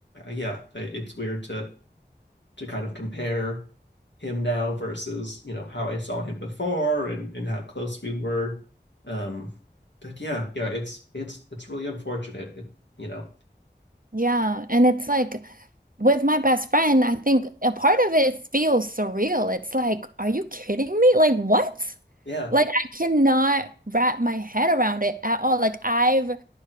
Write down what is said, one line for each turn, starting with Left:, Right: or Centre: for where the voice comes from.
Left: uh, yeah, it's weird to to kind of compare him now versus you know how I saw him before and and how close we were. Um, but yeah, yeah, it's it's it's really unfortunate. It, you know,
Right: Yeah, and it's like with my best friend, I think a part of it feels surreal. It's like, are you kidding me? Like, what?
Left: yeah,
Right: Like, I cannot wrap my head around it at all. Like, I've